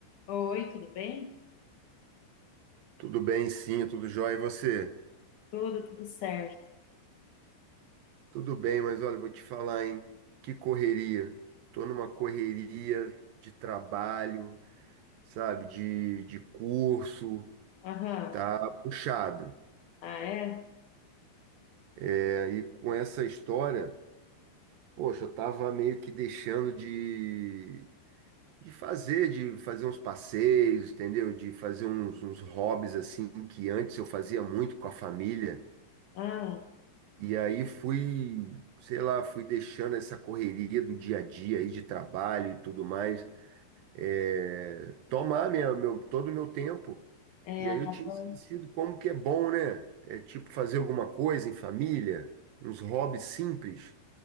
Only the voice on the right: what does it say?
Tudo bem, sim, tudo jóia. E você?
Tudo bem, mas olha, vou te falar, hein? Que correria. Tô numa correria de trabalho, sabe? De, de curso,
tá puxado.
É, e com essa história, poxa, eu tava meio que deixando de, de fazer, de fazer uns passeios, entendeu? De fazer uns, uns hobbies assim que antes eu fazia muito com a família.
E aí fui, sei lá, fui deixando essa correria do dia a dia aí de trabalho e tudo mais, é, tomar minha, meu, todo o meu tempo.
E aí
eu tinha esquecido como que é bom, né? É tipo fazer alguma coisa em família, uns hobbies simples.